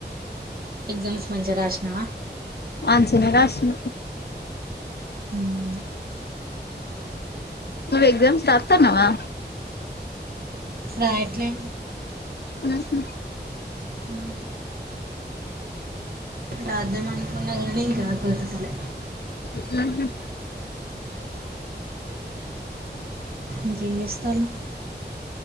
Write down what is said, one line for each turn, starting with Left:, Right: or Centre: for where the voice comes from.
Right: ఎగ్జామ్స్ మంచి గా రాసినవా,
Left: మంచిగానే రాసిన
Right: ఊమ్
Left: నువ్వు ఎగ్జామ్స్ రాతన్నవా,
Right: రాయట్లే
Left: ఉహు
Right: ఊహు రాదామనుకున్నా గానీ ఇంకా కుదుర్తలే
Left: ఉహు
Right: ఇంకేం చేస్తార్లు